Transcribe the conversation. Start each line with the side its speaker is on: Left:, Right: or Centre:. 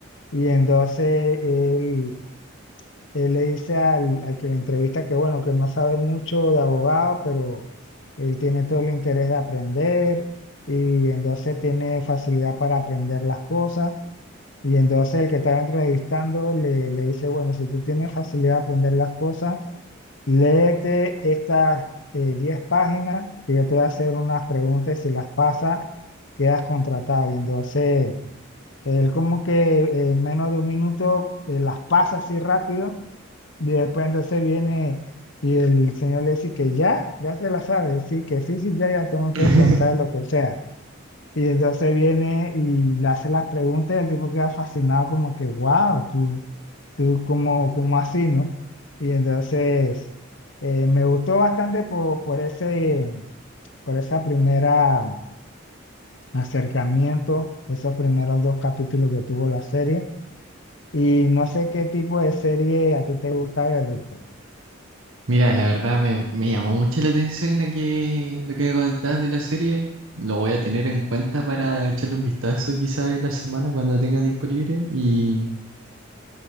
Left: y entonces él él le dice al, al que le entrevista que bueno, que no sabe mucho de abogado, pero él tiene todo el interés de aprender y entonces tiene facilidad para aprender las cosas. Y entonces el que está entrevistando le, le dice, bueno, si tú tienes facilidad de aprender las cosas, léete estas eh, 10 páginas y yo te voy a hacer unas preguntas y si las pasas, quedas contratado. Y entonces él como que eh, en menos de un minuto eh, las pasa así rápido y después entonces viene y el señor le dice que ya, ya se la sabe, sí, que sí, sí, ya, ya, tú me puedes
Right: <laughs>
Left: preguntar lo que sea. Y entonces viene y le hace las preguntas y el tipo queda fascinado como que, wow, tú, tú, como, como así, ¿no? Y entonces eh, me gustó bastante por, por ese, por esa primera acercamiento, esos primeros dos capítulos que tuvo la serie. Y no sé qué tipo de serie a ti te gusta ver, Víctor.
Right: Mira, la verdad me, me llamó mucho la atención la que, lo que me contás de la serie. Lo voy a tener en cuenta para echarle un vistazo quizás en la semana cuando tenga tiempo libre y...